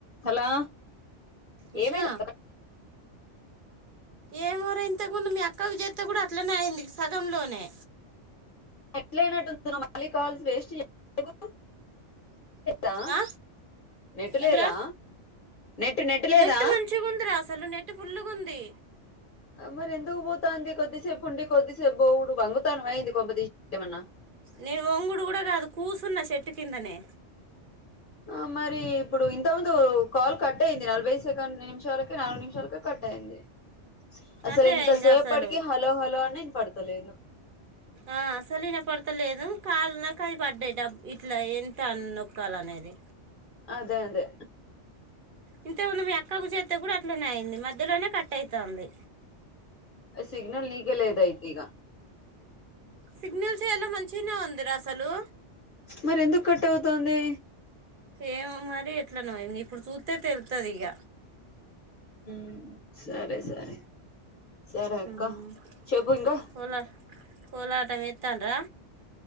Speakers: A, on the left (about 50°); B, on the right (about 50°).
A: Hello
B: Usha
A: ఏమైనా
B: ఏమో రా ఇంతకుందు మీ అక్కకు చేత్తే కూడా అట్లనే అయింది సగంలోనే
A: ఎట్లయినట్టు తను మళ్ళీ కాల్స్ వేస్ట్ చేయలేవు ద
B: ఆ?
A: నెటులేదా
B: ఏందిరా
A: నెట్ నెట్టు లేదా
B: నెట్ మంచిగా ఉందిరా అసలు నెట్ ఫుల్లుగు ఉంది
A: మరి ఎందుకు పోతాంది కొద్దిసేపు ఉండి, కొద్దిసేపు బోవుడు వంగుతానవా ఎయింది కొంపదిసి ఏమన్నా
B: నేను వంగుడు కూడా కాదు కూర్సున్న చెట్టు కిందనే
A: అ మరి ఇప్పుడు ఇంత ముందు కాల్ కట్ అయింది, నలభై సెకండ్ నిమిషాలకి నాలుగు నిమిషాలకి కట్ అయింది. అసలు
B: అదే
A: ఎంతసేపటికి
B: ఇంకా అసలు
A: హలో హలో అని పడుతలేను
B: ఆ అసలు విన పడతలేదు కాల అవి పడ్డాయి డబ్ ఇట్లా ఎంత అ నొక్కాల అనేది
A: అదే అదే
B: ఇంతేముంది మీ ఎక్కకు చె మత్త కూడా అట్లనే అయింది మధ్యలోనే కట్ అయితాంది.
A: సిగ్నల్ నీకే లేద్ అయితే ఇగ
B: సిగ్నల్స్ ఎలా మంచిన ఉం దరాసలు
A: మరి ఎందుకు కట్ అవుతుంది
B: ఏమో మరి ఎట్లా న ఇ ఇప్పుడు చూస్తే తెలుతది ఇక
A: మ్ సరే సరే సరే అక్క
B: ఉమ్.
A: చెప్పు ఇంకా
B: కోలా కోలాటం ఇత్తాంరా.